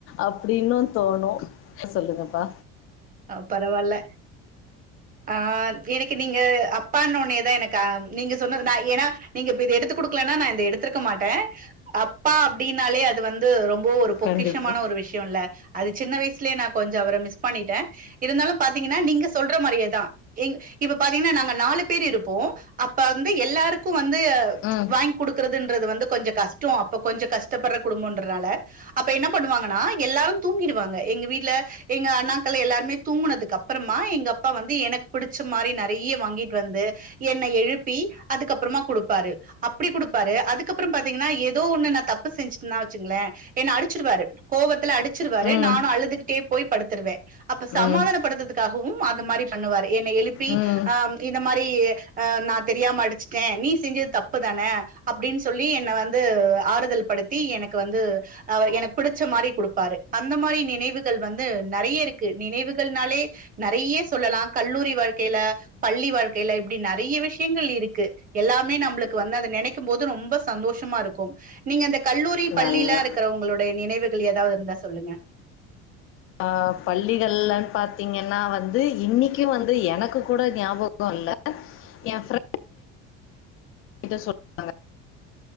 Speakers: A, on the left; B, on the right.
A: அப்டின்னு தோணு சொல்லுங்கப்பா
B: ஆ பரவாயில்ல ஆ எனக்கு நீங்க அப்பான்னோன்னே தா எனக்கு நீங்க சொன்னதுதா ஏனா நீங்க இப்ப இத எடுத்து குடுக்கலன்னா நா இத எடுத்துருக்க மாட்ட அப்பா அப்டின்னாலே அது வந்து ரொம்ப ஒரு பொக்கிஷமான
A: கண்டிப்பா
B: ஒரு விஷ்யோல்ல அது சின்ன வயசுலயே நா கொஞ்சொஅவர மிஸ் பண்ணிட்ட இருந்தாலு பாத்தீங்கன்னா நீங்க சொல்ற மாரியே தான். இப்ப பாத்தீங்ன்னா நாங்க நாலு பேரு இருப்போ அப்ப வந்து எல்லாருக்கு வந்து
A: ம்
B: வாங்கி குடுக்கறதுன்றது வந்து கொஞ்ச கஷ்டோ அப்ப கொஞ்ச கஷ்டப்பட்ற குடும்பன்றனால அப்ப என்ன பண்ணுவாங்கன்னா எல்லாரு தூங்கிருவாங்க எங்க வீட்ல எங்க அண்ணாக்கள் எல்லாருமே தூங்குனதுக்கு அப்றமா எங்க அப்பா வந் து எனக்கு பிடிச்ச மாரி நெறைய வாங்கிட்டு வந்து என்ன எழுப்பி அதுக்கப்றமா குடுப்பாரு அப்டி குடுப்பாரு அதுக்கப்றம் பாத்தீங்கன்னா ஏதோ ஒண்ணு நா தப்பு செஞ்சுட்டேனா வச்சுங்களே என்ன அடிச்சிருவாரு கோவத்துல அடிச்சிருவாரு
A: ம்
B: நானு அழுதுக்கிட்டே போய் படுத்துருவே அப்ப சமாதானப்படுத்தறதுக்
A: ம்
B: காகவும் அது மாரி பண்ணுவாரு என்ன எழுப்பி
A: ம்
B: ஆ இந்த மாரி ஆ நா தெரியாம அடிச்சிட்டே நீ செஞ்சது தப்பு தானே அப்படின் சொல்லி என்ன வந்து ஆறுதல் படுத்தி எனக்கு வந்து அவர் எனக்கு பிடிச்ச மாரி குடுப்பாரு அந்த மாரி நினைவுகள் வந்து நெறைய இருக்கு நினைவுகள்னாலே நெறைய சொல்லலா கல்லூரி வாழ்க்கையில பள்ளி வாழ்க்கையில இப்டி நெறைய விஷயங்கள் இருக்கு எல்லாமே நம்பளுக்கு வந்து அத நெனைக்கும் போது ரொம்ப சந்தோஷமா இருக்கும் நீங்க இந்த கல்லூரி
A: நல்லா
B: பள்ளியெல்லா இருக்கறவங்களுடைய நினைவுகள் ஏதாவது இருந்தா சொல்லுங்கள
A: ஆ பள்ளிகள்லன் பாத்தீங்கன்னா வந்து இன்னிக்கு வந்து எனக்கு கூட ஞாபக இல்ல ஏ ஃப்ர ண்டு சொல்றாங்க